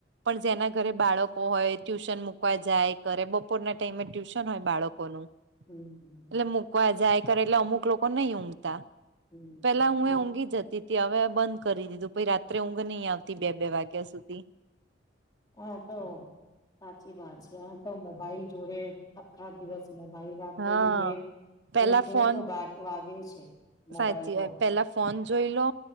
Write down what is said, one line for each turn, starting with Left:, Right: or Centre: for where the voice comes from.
Right: પણ જેના ઘરે બાળકો હોય ટ્યુશન મુ કવા જાય કરે બપોરના ટાઈમે ટ્યુશન હોય બાળકોનું
Left: હમ
Right: એટલે મુ કવા જાય કરે એટલે અમુક લોકો નહી ઊંઘતા
Left: હમ
Right: પેલા હું
Left: હા
Right: એ ઊંઘી જતી તી હવે બંધ કરી દીધું પહી રાત્રે ઊંઘ નહીં આવતી બે બે વાગ્યા સુધી
Left: હા તો સાચી વાત છે, આ તો મોબાઈલ જોડે અખા દિવસ મોબાઇલ રાત્રે
Right: હા
Left: <unintelligible>
Right: પેલા
Left: એક બે
Right: ફોન
Left: તો વા વાગે છે. મોબાઈલ
Right: સાચી
Left: તો
Right: પેલા ફોન જોઈ લો